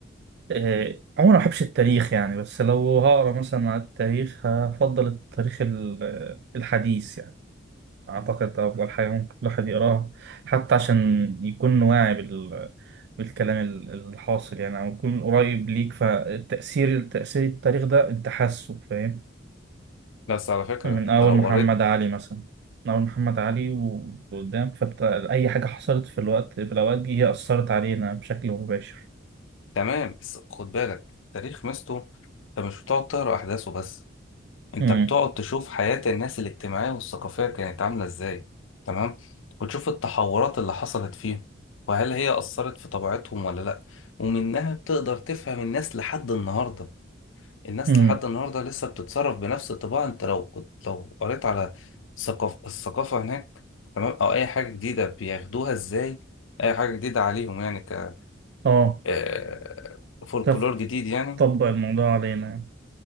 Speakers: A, on the right (about 60°); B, on the left (about 80°).
A: آه، عموما ما بحبش التاريخ يعني بس لو هقرا مثلا على التاريخ هفضل التاريخ ال- الحديث يعني أعتقد ده أفضل حاجة ممكن الواحد يقراها حتى عشان يكون واعي بال... بالكلام ال- الحاصل يعني أو يكون قريب ليك فالتأثير تأثير التاريخ ده أنت حاسه فاهم
B: بس على فكرة
A: من
B: أنت
A: أول
B: لو
A: محمد
B: قريت
A: علي مثلا من أول محمد علي و- وقدام فأي حاجة حصلت في الوقت في الأوقات دي هي أثرت علينا بشكل مباشر
B: تمام بس خد بالك التاريخ مستو أنت مش بتقعد تقرا أحداثه بس انت
A: امم
B: بتقعد تشوف حياة الناس الاجتماعية والثقافية كانت عاملة ازاي تمام وتشوف التحورات اللي حصلت فيهم وهل هي أثرت في طبيعتهم ولا لأ ومنها بتقدر تفهم الناس لحد النهاردة الناس
A: امم
B: لحد النهاردة لسه بتتصرف بنفس الطباع انت لو كنت لو قريت على ثقافة الثقافة هناك تمام أو أي حاجة جديدة بياخدوها ازاي أي حاجة جديدة عليهم يعني ك
A: اه
B: آه، فولكلور
A: تف-
B: جديد يعني
A: تطبق الموضوع علينا يعني.